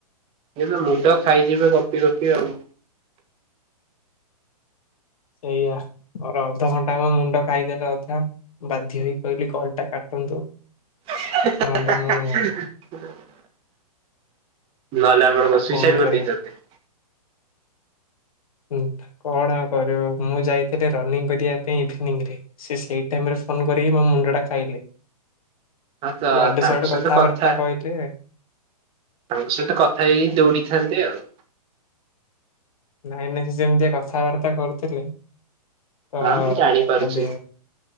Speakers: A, on the right (about 30°); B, on the left (about 60°).
A: ଏବେ ମୁଣ୍ଡ ଖାଇଯିବେ ଗପି ଗପି ଆଉ।
B: ସେଇଆ ମୋର ଅଧଘଣ୍ଟା ହେବ ମୁଣ୍ଡ ଖାଇଦେଲେ ଅଧା। ବାଧ୍ୟ ହୋଇ କହିଲି କଲଟା କାଟନ୍ତୁ।
A: <inaudible>
B: ନହେଲେ
A: ଭଲ।
B: ମୁଁ
A: କଣ ବା ସୁଇସାଇଡ୍
B: ଆଉ
A: କରିଦେଇଛନ୍ତି?
B: କଣ କରିବା ହୁଁ, କଣ ଆଉ କରିବ ମୁଁ ଯାଇଥିଲି ରନିଂ କରିବା ପାଇଁ ଇଭିନିଂରେ, ସିଏ ସେଇଟି ଟାଇମରେ ଫୋନ କରିକି ମୋ ମୁଣ୍ଡ ଟା ଖାଇଲେ।
A: ହଁ ତ
B: ଏ ଆଡୁ
A: ତାଙ୍କ
B: ସେ ଆଡୁ
A: ସହିତ
B: କଥାବାର୍ତ୍ତା
A: କଥା
B: କହିଲେ।
A: ତାଙ୍କ ସହିତ କଥା ହେଇ ଦୌଡିଥାନ୍ତେ ଆଉ।
B: ନାଇଁ ନାଇଁ ସେ ଯେମିତିଆ କଥାବାର୍ତ୍ତା କରୁଥିଲେ <unintelligible>
A: ହଁ ମୁଁ ଜାଣିପାରୁଛି
B: କରିଥାନ୍ତି